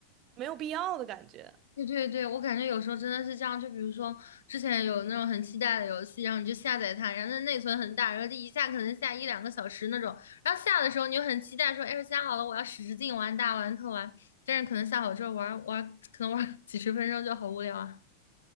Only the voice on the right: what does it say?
没有必要的感觉。